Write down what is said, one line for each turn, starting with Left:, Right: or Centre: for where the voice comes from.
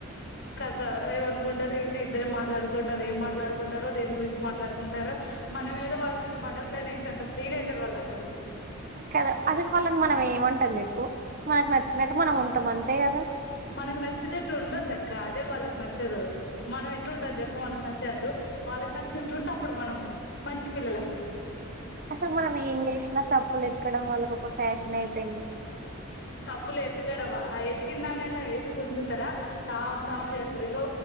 Left: కథ ఏం అనుకుంటారు ఇక ఇద్దర మాట్లాడుకుంటారు ఏం మాట్లాడుకు కుండారు దేని గురించి మాట్లాడుకుంటారు మనం ఏదో వాళ్ళ మీద మర్డర్ ప్లాన్ వేసినంత ఫీలయితారు వాళ్ళు అసలు
Right: కదా అసలు వాళ్లని మనం ఏం అంటం చెప్పు మనకు నచ్చినట్టు మనం ఉంట టమ్ అంతే కదా
Left: మనకు నచ్చి నట్టు ఉండద్ద అదే వాళ్లకు నచ్చదు మనం ఎట్లా ఉంటుంది చెప్ మనకు నచ్చినట్టు వాళ్ళకి నచ్చి నట్టు ఉంటే అప్పుడు మనం మంచి పిల్లలం
Right: అసలు మనం ఏం జేసినా తప్పులు ఎతకడం వాళ్ళకి ఒక ఫ్యాషన్ అయింది తెన్న
Left: తప్పులు ఎతుకడవా ఆ ఎతికిందాన్న అైనా ఎతికి ఉంచుతారా తాం తాం చేస్తారు ఇగో